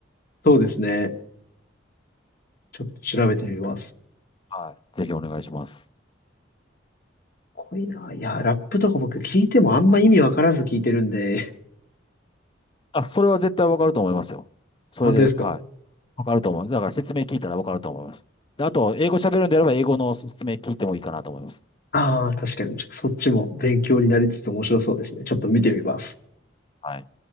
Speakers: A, on the left; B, on the left.
A: そうですね。ちょっと調べてみます。
B: い。はい。ぜひお願いします。
A: 怖いな。いや、ラップとか僕聞いてもあんま意味わからず聞いてるんで。
B: あ、それは絶対わかると思いますよ。
A: <laughs>
B: それで、
A: 本当ですか
B: はい。わかると思います。だから説明聞いたらわかると思います。であと、英語喋るんであれば、英語の説明聞いてもいいかなと思います。
A: ああー、確かに。ちょっとそっちも勉強になりつつ面白そうですね。ちょっと見てみます。
B: はい。